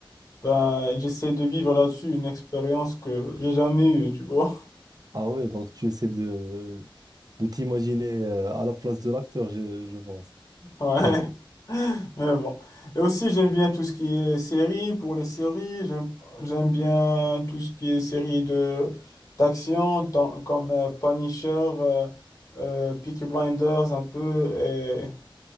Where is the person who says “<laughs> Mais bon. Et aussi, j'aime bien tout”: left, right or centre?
Left